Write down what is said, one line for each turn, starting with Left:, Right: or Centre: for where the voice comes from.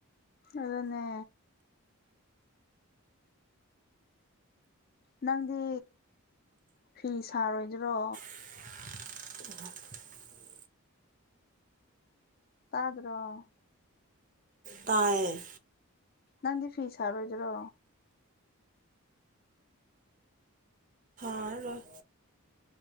Left: ꯑꯗꯨꯅꯦ ꯅꯪꯗꯤ ꯐꯤ ꯁꯥꯔꯣꯏꯗ꯭ꯔꯣ
Right: <unintelligible>
Left: ꯇꯥꯗ꯭ꯔꯣ
Right: ꯇꯥꯏꯌꯦ
Left: ꯅꯪꯗꯤ ꯐꯤ ꯁꯥꯔꯣꯏꯗꯔꯣ
Right: ꯁꯥꯔꯔꯣꯏ